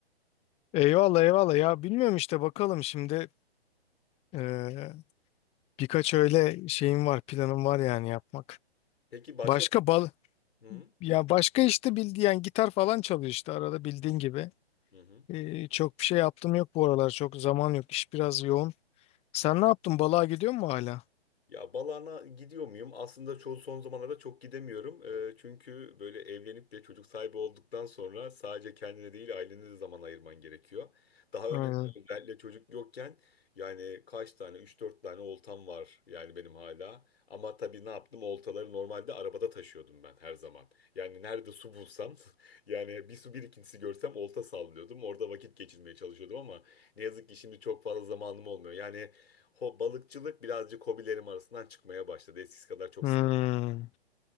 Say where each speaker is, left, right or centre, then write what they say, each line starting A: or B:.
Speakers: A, on the left; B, on the left.
A: <laughs> Eyvallah eyvallah ya bilmiyorum işte bakalım şimdi eee, birkaç öyle şeyim var planım var yani yapmak.
B: Peki başka...
A: Başka bal
B: Hı hı.
A: ya başka işte bildiğin yani gitar falan çalıyor işte arada bildiğin gibi.
B: Hı hı.
A: Ee, çok bir şey yaptım yok bu aralar. Çok zaman yok. iş biraz yoğun. Sen ne yaptın? Balığa gidiyor mu hala?
B: Ya Balana gidiyor muyum? Aslında çoğu son zamanlarda çok gidemiyorum. Ee, çünkü böyle evlenip de çocuk sahibi olduktan sonra sadece kendine değil ailene de zaman ayırman gerekiyor. Daha
A: Hmm.
B: önceden özellikle çocuk yokken yani kaç tane üç dört tane oltam var yani benim hala. Ama tabii ne yaptım? Oltaları normalde arabada taşıyordum ben her zaman. Yani nerede su bulsam <laughs> yani bir su birikintisi görsem olta sallıyordum. Orada vakit geçirmeye çalışıyordum ama ne yazık ki şimdi çok fazla zamanım olmuyor. Yani Ho balıkçılık birazcık hobilerim arasından çıkmaya başladı. Eskisi kadar çok
A: Hmm,
B: sık.